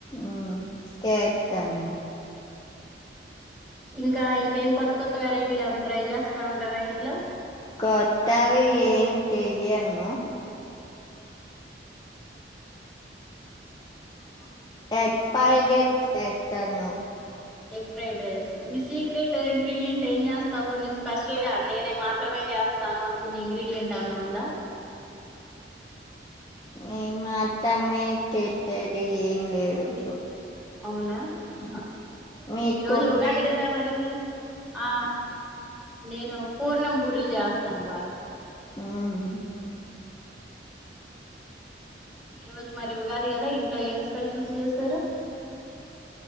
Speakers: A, on the left; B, in the centre.
A: ఉ చేత్తను
B: ఇంకా ఇంకేం కొత్త కొత్త వెరైటీలు ఏమన్నా ట్రై చేస్తా ఉంటావా ఇంట్లో
A: కొత్తవి ఏన్ చేయను
B: ఉ
A: ఎగ్ ఫ్రైడ్ రైస్ చేత్తను
B: ఎగ్ ఫ్రైడ్ రైస్ మీ సీక్రెట్ ఇంగ్రీడియంట్ ఏం చేస్తావు నీకు స్పెషల్ గా నేనే మాత్రమే ఏస్తాను అనుకున్న ఇంగ్రీడియంట్ ఏన్నా ఉందా
A: నేను మాత్రామే చేసేది ఏం లేదు
B: అవునా అ హా
A: మీకున్న
B: ఈ రోజు ఉగాది కదా మరి ఆ నేను పూర్ణం బూరెలు చేస్తాను బాగా
A: ఆహు
B: ఈ రోజు మరి ఉగాది కదా ఇంట్లో ఏం స్పెషల్స్ చేసారు